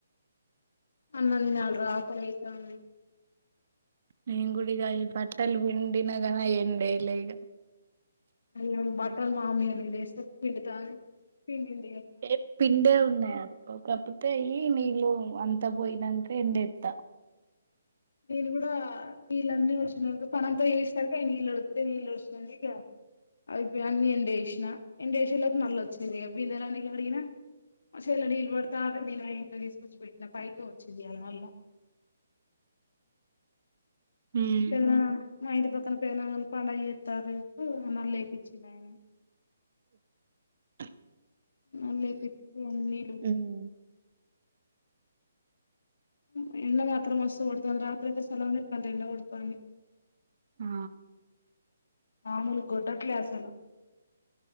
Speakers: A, on the left (about 60°); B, on the right (about 50°).
A: అన్నాం దీనాల్ రా ఆకలైతాంది
B: నేన్ గుడిగ ఈ పట్టలు ఎండిన గన ఎండేలే ఈగ
A: అయ్యో బట్టల్ మా మీగట్లు జేస్తే పిండుతాన్ పిండిన్
B: ఏ పిండే ఉన్నాయి క కాక్ పోతే ఇయ్యి మీ లోన్ అంత పోయినంక ఎండేత్త
A: నేన్ గూడా నీళ్ళన్నీ ఓచ్చినాంక పనంత ఎష్ స్తార్ కే నీలోత్తే నీలోస్తంది ఇక్కరా అయ్ పే అన్ని ఎండేష్ నా ఎంజే లోప్ నల్లోచ్చింది బిందలాన్ని గడిగినా మా చేల్ల నీల్ పడతాటండి నీనాయె ఇంట్ల దీసుగోచ్ పోం నా పైకో ఓచ్చింది ఇయ్యళ్ నళ్ళ
B: ఉమ్
A: పేదనాన్న మా ఇంటి పక్కన పెదనానోల్ పండగ జేతారు ఉమ్ నళ్ళే పిచ్చింది అయ్ నే
B: అ
A: మళ్ళీ బిట్టు ఆ నీరు
B: ఉమ్
A: ఉమ్ ఎండ మాత్రం మస్తూ కోడతాంద్ రాత్రికి సల్లగ్ నే ఇప్ టం ఎండ గోడతాంది
B: ఆ
A: మామూల్ గోట్టట్లే అస్సలు